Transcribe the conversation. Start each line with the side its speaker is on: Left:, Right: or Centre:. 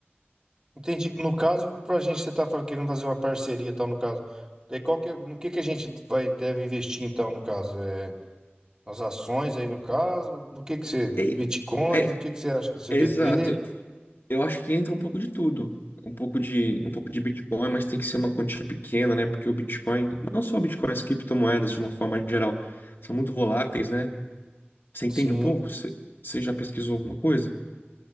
Right: Entendi. No caso, pra gente você tá falando- querendo fazer uma parceria, e tal, no caso. Daí qual que, é- no que que a gente vai deve investir então, no caso? É, nas ações aí no caso, no que que você,
Left: É,
Right: bitcoins,
Left: é-
Right: o que que você acha do CBD?
Left: é exato. Eu acho que entra um pouco de tudo. Um pouco de, um pouco de Bitcoin, mas tem que ser uma quantia pequena, né? Porque o Bitcoin, não só o Bitcoin, as criptomoedas de uma forma geral, são muito voláteis, né? Você entende
Right: Sim.
Left: um pouco? Você você já pesquisou alguma coisa?